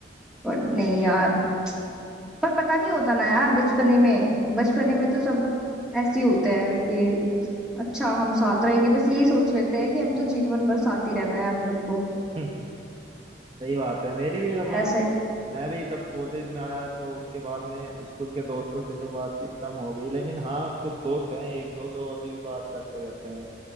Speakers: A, in the centre; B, on the right (about 30°).
A: पर नहीं यार पर पता नहीं होता ना यार बचपने में बचपने में तो सब ऐसे ही होते हैं कि अच्छा हम साथ रहेंगे बस यही सोच लेते हैं कि हम तो जीवन भर साथ ही रहना है हमें सबको
B: <laughs> सही बात है मेरी भी मतलब
A: ऐसे
B: मैं भी जब कॉलेज में आया तो उसके बाद में स्कूल के दोस्तों से तो बातचीत कम हो गई लेकिन हाँ कुछ दोस्त हैं एक दो जो अभी भी बात करते रहते हैं